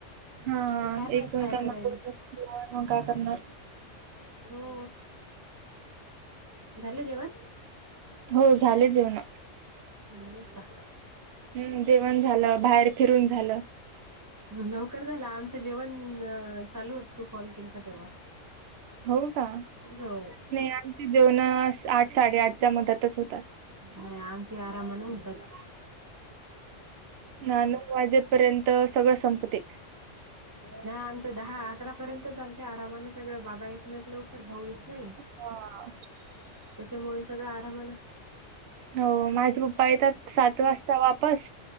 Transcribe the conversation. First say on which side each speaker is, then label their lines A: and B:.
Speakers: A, on the right; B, on the right.
A: हा हा
B: ते काय माहित
A: एक
B: काय
A: त्यांना
B: करायल
A: बोलत असतील तर मग काय करणार
B: हो झालं जेवण
A: हो झाले जेवण
B: झालेत का
A: हू जेवण झालं बाहेर फिरून झालं
B: लवकर झाल आमचं जेवण चालू होत तू कॉल केलता तेव्हा
A: हो का नाही
B: हो
A: आमची जेवण आठ साडेआठच्या मदतच होतात
B: नाही आमचे आरामन होतात
A: ना नऊ वाजेपर्यंत सगळं संपते
B: नाही आमचं दहा अकरा पर्यंत चालतंय आरामान सगळं बाबा येत नाहीत लवकर पर भाऊ येत नाही
A: हा.
B: त्याच्यामुळे सगळं आरामान
A: हो माझ पप्पा येतात सात वाजता वापस